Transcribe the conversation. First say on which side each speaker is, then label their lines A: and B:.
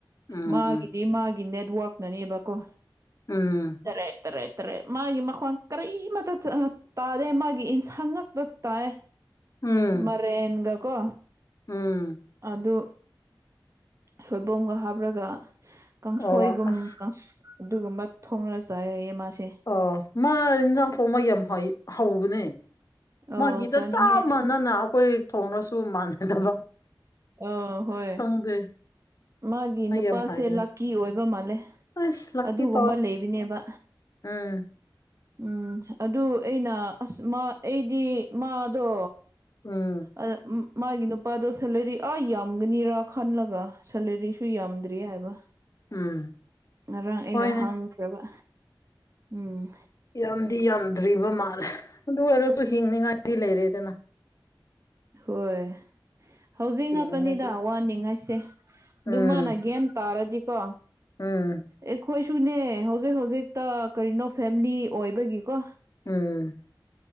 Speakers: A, on the left; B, on the right.
A: ꯎꯝ
B: ꯃꯥꯒꯤꯗꯤ ꯃꯥꯒꯤ ꯅꯦꯠꯋꯛꯅꯅꯦꯕꯀꯣ
A: ꯎꯝ
B: ꯇꯔꯦꯠ ꯇꯔꯦꯠ ꯇ꯭ꯔꯦ ꯃꯥꯒꯤ ꯃꯈꯣꯟ ꯀꯔꯤꯃꯠꯇ ꯇꯥꯗꯦ ꯃꯥꯒꯤ ꯏꯟꯁ ꯍꯥꯡꯉꯛꯇ ꯇꯥꯏ
A: ꯎꯝ ꯎꯝ
B: ꯃꯔꯦꯅꯤꯡꯒꯀꯣ
A: ꯎꯝ
B: ꯑꯗꯨ ꯁꯣꯏꯕꯣꯝꯒ ꯍꯥꯞꯔꯒ ꯀꯥꯡꯁꯣꯏꯒꯨꯝ
A: ꯑꯣ ꯑꯁ
B: ꯑꯗꯨꯒꯨꯝꯕ ꯊꯣꯡꯅ ꯆꯥꯏꯔꯌꯦ ꯃꯥꯁꯦ
A: ꯑ ꯃꯥ ꯏꯟꯖꯥꯡ ꯊꯥꯎ ꯃꯥ ꯌꯥꯝ ꯍ ꯍꯥꯎꯕꯅꯦ
B: ꯑꯣ
A: ꯃꯥꯒꯤꯗ
B: ꯆꯥꯅꯤꯡꯉꯦ
A: ꯆꯞ
B: ꯑꯩꯁꯨ
A: ꯃꯥꯟꯅꯅ ꯑꯩꯈꯣꯏ ꯊꯣꯡꯅꯁꯨ ꯃꯥꯟꯅꯗꯕ
B: ꯑ ꯍꯣꯏ
A: ꯈꯪꯗꯦ
B: ꯃꯥꯒꯤ
A: ꯃꯥ
B: ꯅꯨꯄꯥꯁꯦ
A: ꯌꯥꯝ ꯍꯩꯕꯅꯦ
B: ꯂꯥꯀꯤ ꯑꯣꯏꯕ ꯃꯥꯜꯂꯦ
A: ꯑꯁ ꯂꯛꯀꯤ
B: ꯑꯗꯨꯒꯨꯝꯕ
A: ꯇꯧꯋꯦ
B: ꯂꯩꯕꯅꯦꯕ
A: ꯎꯝ
B: ꯎꯝ ꯑꯗꯨ ꯑꯩꯅ ꯑꯁ ꯑꯩꯗꯤ ꯃꯥꯗꯣ
A: ꯎꯝ
B: ꯑ ꯃꯥꯒꯤ ꯅꯨꯄꯥꯗꯣ ꯁꯦꯂꯔꯤ ꯑꯥ ꯌꯥꯝꯒꯅꯤꯔꯥ ꯈꯜꯂꯒ ꯁꯦꯂꯔꯤꯁꯨ ꯌꯥꯝꯗ꯭ꯔꯤ ꯍꯥꯏꯕ
A: ꯎꯝ
B: ꯉꯔꯥꯡ ꯑꯩꯅ
A: ꯍꯣꯏꯅꯦ
B: ꯍꯥꯡ ꯭ꯔꯕ ꯎꯝ
A: ꯌꯥꯝꯗꯤ ꯌꯥꯝꯗ꯭ꯔꯤꯕ ꯃꯥꯜꯂꯦ ꯑꯗꯨ ꯑꯣꯏꯔꯁꯨ ꯍꯤꯡꯅꯤꯉꯥꯏꯗꯤ ꯂꯩꯔꯦꯗꯅ
B: ꯍꯣꯏ ꯍꯧꯖꯤꯛ
A: ꯍꯤꯡꯅꯤꯡꯉꯥꯏꯗꯤ
B: ꯉꯥꯛꯇꯅꯤꯗ ꯋꯥꯅꯤꯡꯉꯥꯏꯁꯦ ꯑꯗꯨꯃꯅ
A: ꯎꯝ
B: ꯒ꯭ꯌꯥꯟ ꯇꯥꯔꯗꯤꯀꯣ
A: ꯎꯝ
B: ꯑꯩꯈꯣꯏꯁꯨꯅꯦ ꯍꯧꯖꯤꯛ ꯍꯧꯖꯤꯛꯇ ꯀꯔꯤꯅꯣ ꯐꯦꯃꯤꯂꯤ ꯑꯣꯏꯕꯒꯤꯀꯣ
A: ꯎꯝ